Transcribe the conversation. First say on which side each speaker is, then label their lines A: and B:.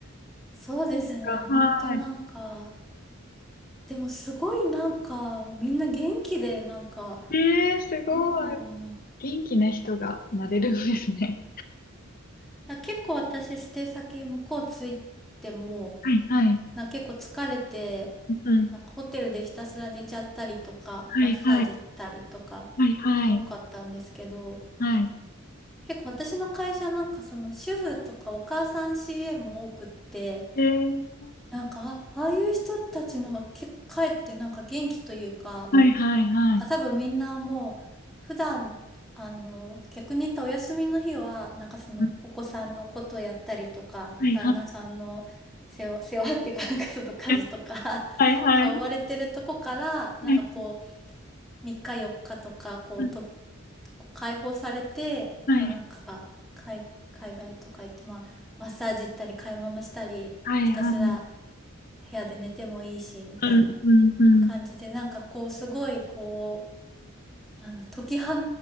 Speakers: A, in the centre; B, on the left.
A: そうですね、
B: は
A: 本当なんか、でもすごいなんか、みんな元気で、なんか、
B: い。えー、すごい。
A: なんだろうな。
B: 元気な人がなれるんですね。
A: あ結構私、ステイ先向こう着いても、
B: はいはい。
A: な結構疲れて、
B: うん。
A: なんかホテルでひたすら寝ちゃったりとか、
B: はいはい。
A: マッサージしたりとか、
B: はいはい。
A: 多かったんですけど、
B: はい。
A: 結構私の会社なんかその主婦とかお母さん CA も多くって、
B: えー、
A: なんか、あ、ああいう人たちのが結構帰ってなんか元気というか、
B: はいはいはい。
A: なんか多分みんなもう普段あの逆に言ったお休みの日はなんかそのお子さんのことやったりとか旦那さんの世話、
B: うんはいは
A: 世話っていうかなんかその家事とか
B: い。はいはい。
A: <laughs> 顔われてるとこからなんかこう
B: はい
A: 3日4日とかこうと
B: は
A: こう解放されて、
B: い。
A: まあ、なんか海、海外とか行って、まあ、マッサージ行ったり買い物したりひたすら
B: はいはい。
A: 部屋で寝てもいいしみたいな
B: うんうんうん。
A: 感じでなんかこうすごいこう。なんだ、解き放